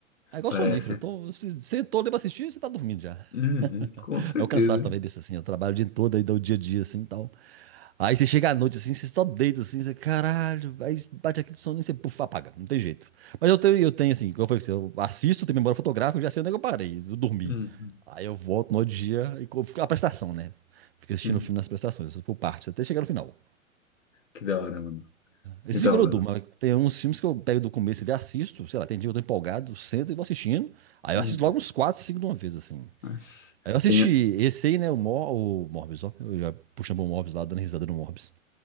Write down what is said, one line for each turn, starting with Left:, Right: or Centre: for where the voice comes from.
Right: É igual
Left: Parece.
Right: sonífero. Então, se sentou ali pra assistir, você tá dormindo já.
Left: Uhum,
Right: <laughs>
Left: com certeza.
Right: É o cansaço também, besta assim. Eu trabalho o dia todo aí, dá o dia a dia assim e tal. Aí você chega à noite assim, você só deita assim, você, caralho, aí bate aquele sono e você puf, apaga, não tem jeito. Mas eu tenho, eu tenho assim, como eu falei, pra você, eu assisto, tenho memória fotográfica, eu já sei onde é que eu parei, eu dormi.
Left: Uhum,
Right: Aí eu volto no outro dia e co- a prestação, né? Fico assistindo
Left: uhum.
Right: o filme nas prestações, por partes, até chegar no final.
Left: Que da hora, mano.
Right: Esse
Left: Que da
Right: Zigorodum,
Left: hora.
Right: mas tem uns filmes que eu pego do começo e assisto, sei lá, tem dia que eu tô empolgado, sento e vou assistindo. Aí
Left: Uhum.
Right: eu assisto logo uns 4 5 de uma vez, assim.
Left: Nossa.
Right: Aí eu assisti
Left: Tem.
Right: esse aí, né, o, Mor o Morbius, ó, eu já puxando o Morbius lá, dando risada no Morbius.